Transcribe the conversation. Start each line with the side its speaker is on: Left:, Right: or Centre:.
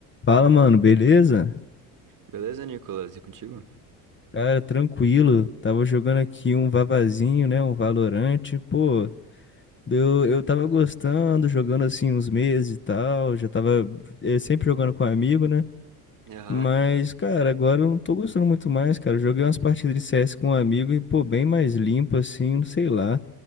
Left: Fala, mano, beleza?
Right: Beleza, Nicolas? E contigo?
Left: Cara, tranquilo. Tava jogando aqui um Vavazinho, né? Um Valorante. Pô, eu, eu tava gostando, jogando assim uns meses e tal. Já tava eh, sempre jogando com amigo, né?
Right: Aham.
Left: Mas, cara, agora eu não tô gostando muito mais, cara. Joguei umas partidas de CS com um amigo e, pô, bem mais limpo assim, não sei lá.